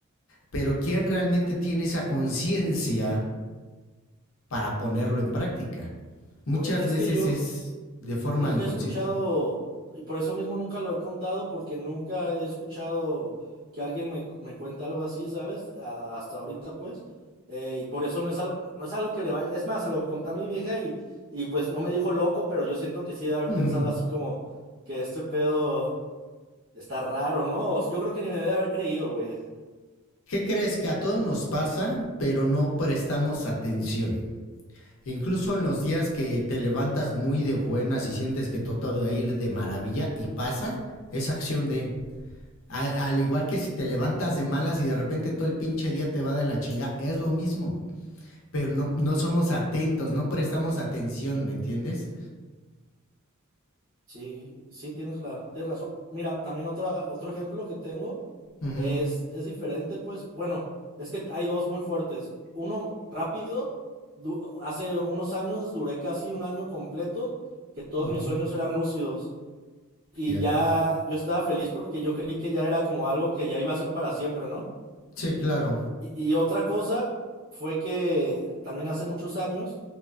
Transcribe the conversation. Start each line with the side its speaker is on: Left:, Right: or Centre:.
Left: Pero ¿quién realmente tiene esa conciencia para ponerlo en práctica. Muchas
Right: güey, es
Left: veces
Right: que yo
Left: es de forma
Right: nunca
Left: inconsciente.
Right: he escuchado, y por eso mismo nunca lo he contado, porque nunca he escuchado que alguien me, me cuente algo así, ¿sabes? A- hasta ahorita, pues. eh, y por eso no es algo, no es algo que le vaya. Es más, se lo conté a mi vieja y, y pues no me dijo loco, pero yo siento que sí de haber
Left: ¿Qué
Right: pensado así como que este pedo está raro, ¿no? O sea, Yo creo que ni me debe haber creído, güey.
Left: crees que a todos nos pasa, pero no prestamos atención? Incluso en los días que te levantas muy de buenas y sientes que todo va a ir de maravilla y pasa, es acción de... Al, al igual que si te levantas de malas y de repente todo el pinche día te va de la chinga, es lo mismo. Pero no, no somos atentos, no prestamos atención, ¿me entiendes?
Right: Sí, sí, tienes la, tienes razón. Mira, también otra, otro ejemplo que tengo.
Left: Ujú,
Right: Es, es diferente, pues, bueno, es que hay dos muy fuertes. Uno rápido, du- hace unos años duré casi un año completo que todos
Left: ujú,
Right: mis sueños eran lúcidos y
Left: fíjate.
Right: ya yo estaba feliz porque yo creí que ya era como algo que ya iba a ser para siempre, ¿no?
Left: Sí, claro.
Right: Y, y otra cosa fue que también hace muchos años,